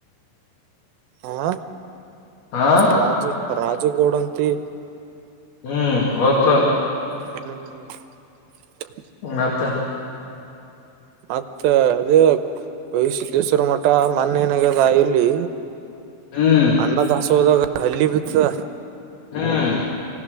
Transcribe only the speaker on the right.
ಹಾ.
ರಾಜು. ರಾಜಗೌಡಂತಿ.
ಹ್ಮ್
ಮತ್ತ ಅದೇ ಗವಿಸಿದ್ದೇಶ್ವರ್ ಮಠ ಮೊನ್ನ ಏನಾಗ್ಯದ ಇಲ್ಲಿ
ಅನ್ನ ದಾಸೋಹದಾಗ ಹಲ್ಲೀ ಬಿತ್ ದದ